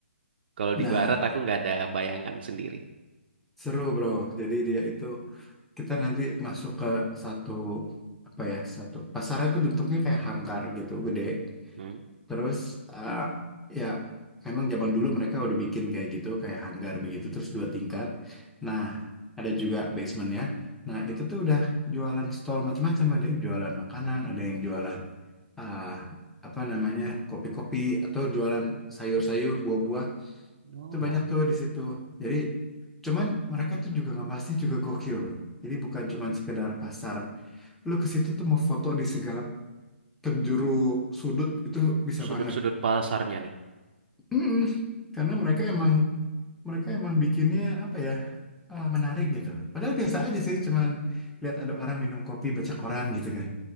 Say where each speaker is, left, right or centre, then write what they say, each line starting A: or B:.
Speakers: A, on the right (about 50°); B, in the centre.
A: Kalau
B: nah
A: di Barat aku nggak ada bayangan sendiri.
B: seru bro. Jadi dia itu kita nanti masuk ke satu apa ya satu pasarnya itu bentuknya kayak hangkar gitu gede
A: Hmm.
B: terus eh, ya emang zaman dulu mereka udah bikin kayak gitu kayak hanggar begitu terus dua tingkat nah ada juga basementnya nah itu tuh udah jualan stall macam-macam ada yang jualan makanan ada yang jualan ah, apa namanya kopi-kopi atau jualan sayur-sayur buah-buah
A: Oh,
B: itu banyak tuh di situ. Jadi cuman mereka tuh juga ngemasnya juga gokil bro. Jadi bukan cuman sekedar pasar. Lu ke situ tuh mau foto di segala penjuru sudut itu bisa
A: sudut-sudut
B: banget.
A: pasarnya nih.
B: Mm. Karena mereka emang mereka emang bikinnya apa ya eh, menarik gitu. Padahal biasa aja sih cuman lihat ada orang minum kopi baca koran gitu kan.